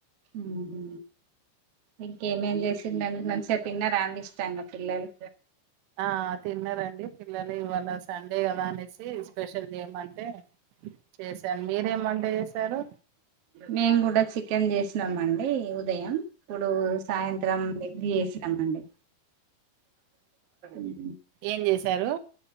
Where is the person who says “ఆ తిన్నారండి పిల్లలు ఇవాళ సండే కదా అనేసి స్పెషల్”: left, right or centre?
Right